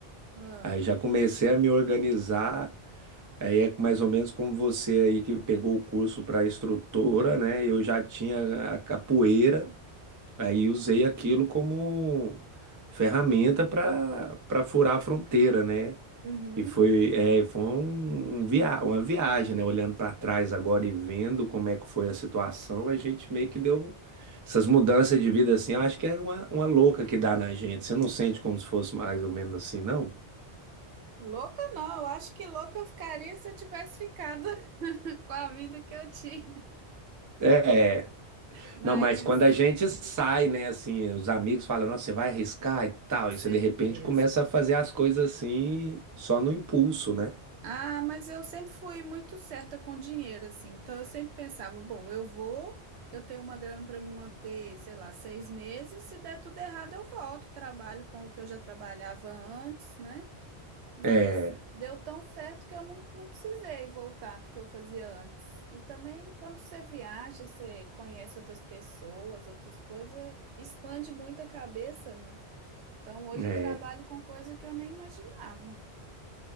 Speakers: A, on the right (about 80°); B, on the right (about 25°).
A: ah,
B: Aí já comecei a me organizar Aí é mais ou menos como você aí que pegou o curso para instrutora, né? Eu já tinha a capoeira, aí usei aquilo como ferramenta para para furar a fronteira, né?
A: Uhum.
B: E foi, é, foi um, um via, uma viagem, né? Olhando para trás agora e vendo como é que foi a situação, a gente meio que deu essas mudanças de vida assim. Eu acho que é uma, uma louca que dá na gente. Você não sente como se fosse mais ou menos assim, não?
A: louca não, eu acho que louca eu ficaria se eu tivesse ficado <laughs> com a vida que eu tinha.
B: É.
A: Mas
B: Não, mas quando a gente sai, né, assim, os amigos falam, nossa, você vai arriscar e tal,
A: com certeza.
B: e você de repente começa a fazer as coisas assim, só no impulso, né?
A: Ah, mas eu sempre fui muito certa com dinheiro, assim. Então eu sempre pensava, bom, eu vou, eu tenho uma grana para me manter, sei lá, seis meses. Se der tudo errado, eu volto, trabalho com o que eu já trabalhava antes, né? Mas
B: É,
A: deu tão certo que eu não, não precisei voltar porque eu fazia antes. E também, quando você viaja, você conhece outras pessoas, outras coisas, expande muito a cabeça, né? Então, hoje
B: é,
A: eu trabalho com coisa que eu nem imaginava.